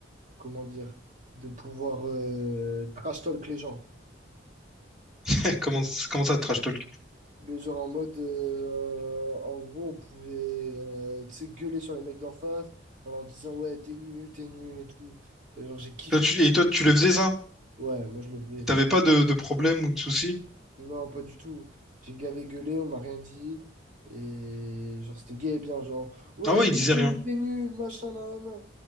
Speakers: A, on the right; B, in the centre.
A: Comment dire? De pouvoir euh, trash talk les gens.
B: <laughs> Comment, comment ça, trash talk?
A: Mais genre en mode, euh, en gros, on pouvait euh, tu sais, gueuler sur les mecs d'en face en leur disant ouais, t'es nul, t'es nul et tout. Et genre, j'ai kiffé.
B: Toi, tu,
A: ça.
B: et toi, tu le faisais ça?
A: Ouais, moi je le faisais.
B: T'avais pas de, de problème ou de soucis?
A: Non, pas du tout. J'ai gavé gueulé, on m'a rien dit. Et genre, c'était gay et bien, genre ouais,
B: Ah ouais,
A: t'es
B: il disait
A: nul,
B: rien.
A: t'es nul, machin, nan, nan. nan.